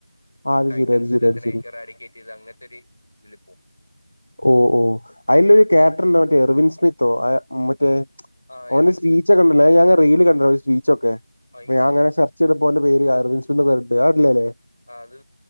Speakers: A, on the left; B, on the left.
A: ആ അത്
B: ടൈറ്റൻസ്ത്തിനെ
A: ശരി അത് ശരി അത് ശരി
B: ഇറാഡിക്കേറ്റ് ചെയ്ത് അങ്ങനത്തെ ഒരു ഇതില് പോകും.
A: ഓ ഓ അതിലൊരു ക്യാപ്റ്റൻ മറ്റേ എർവിന് സ്മിത്തോ മറ്റേ
B: ആ എർവിൻ
A: ഓന് സ്പീച്ച
B: സ്മിത്ത്
A: ഒക്ക കണ്ടല്ലേ ഞാൻ റീലിൽ കണ്ടായിരുന്ന് സ്പീച്ചൊക്കെ
B: അയ്യോ
A: അപ്പ ഞാനങ്ങനെ ച്ച <unintelligible>
B: ആ അത്